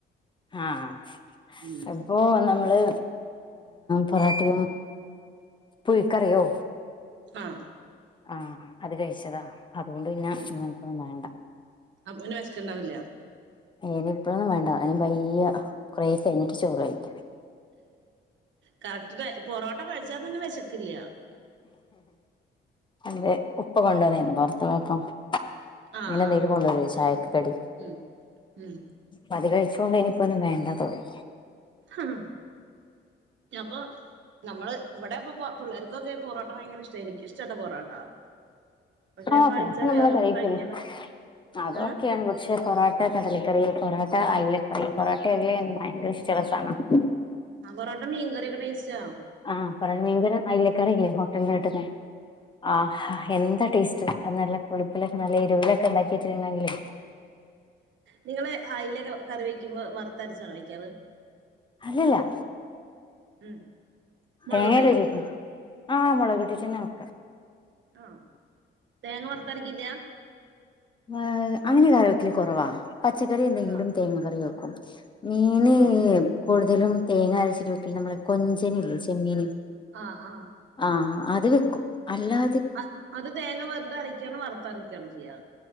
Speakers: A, on the left (about 25°); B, on the right (about 70°).
A: ആഹ
B: ഉം
A: അ ഓ നമ്മള് പൊറാട്ടും പുഴിക്കറിയോ
B: ആഹ
A: ആഹ അത് കഴിച്ചതാ അതുകൊണ്ട് പിന്ന
B: ഉം
A: ഇങ്ങനപ്പന്നും വേണ്ട
B: അപ്പൊ പിന്ന വിശക്ക ഉണ്ടാവില്ല
A: ്നി ഇപ്പോഴൊന്നും വേണ്ട അനി വയ കുറെേ കഴിഞ്ഞിട്ട് ചോറ് കഴിക്കല
B: കറക്റ്റ് പൊറോട്ട കഴിച്ചാ തന്നെ വിശക്കില്ല
A: അത
B: ഉം
A: ഉപ്പ കൊണ്ടുവന്നന്ന് പുൊറത്തു പോയപ്പം
B: ആഹ്
A: ഇങ്ങനെ എന്തെങ്കിലും
B: ആഹ്
A: കൊണ്ടുവര
B: ആഹ്
A: ചായക്ക കടി
B: ഉം ഉം
A: മതി കഴിച്ചുകൊണ്ട് ഇനിയിപ്പ ഒന്നും വേണ്ടതോന്നും
B: ആഹ അപ്പൊ നമ്മള് ഇവിടെപ്പ പിള്ളേർക്കൊക്കെ പൊറോട്ടം ഭയങ്കര ഇഷ്ട എനക്ക് ഇഷ്ടട്ട പൊറോട്ട പക്ഷെ
A: ആപ്പപ്പ
B: കഴിച്ചാ
A: നമ്മള
B: വേറൊന്നും
A: കഴിക്കല്ല
B: കഴിക്കാൻ പറ്റ
A: അതൊക്കെയാണ്
B: ഏഹ്
A: പക്ഷെ പൊറട്ട കടലക്കറി പൊോട്ട അയലക്കറി പൊറട്ട അലന്ന് ഭയങ്കര ഇഷ്ടുള്ള സാധനം
B: ആഹ്, പൊറോട്ടോ മീൻ കറി ഒക്കെ കയ്ച്ചോ?
A: ആഹ് പറ ഭീങ്കര അയില കറിയില്ലേ ഹോട്ടൽന്ന് കിട്ടുന്ന ആഹ് എന്താ ടേസ്റ്റ്. അത് നല്ല പുളിപ്പിലൊക്കെ നല്ല എരുവിലൊക്കെ ണ്ടാക്കിയിട്ടുണ്ടെങ്കിലേയ്
B: നിങ്ങള് അയിലക്കെ കറി വെക്കുമ്പോ വർത്തര്ച്ചാണോ വയ്ക്കാറ്?
A: അല്ലല്ലാ.
B: ഉം മൊളകിട്ടയ്യോ
A: തേങ്ങല്ലേ <unintelligible> ആഹ് മുളക് ഇട്ടിട്ടന്നെ വെക്കാ.
B: ആഹ്, തേങ്ങ വറത്തരിക്കില്ലാ.
A: ഏ് അങ്ങനെ കറി വെക്കല് കൊറവാ പച്ചക്കറി എന്തെങ്കിലും
B: ആഹ്
A: തേങ്ങക്കറി വെക്കും. മീന്
B: ആഹ്
A: കൂടുതലും തേങ്ങ അരച്ചിട്ട് വെക്കില്ല നമ്മള് കൊഞ്ചന് ഇല്ലേ ചെമ്മീന്.
B: ആഹ് ആഹ്
A: ആഹ് അത് വെക്കും അല്ലാ
B: അത് അത് തേങ്ങ വെർതെ അരക്കാണോ വർത്ത അരക്കാ ണോ ചെയ്യാ.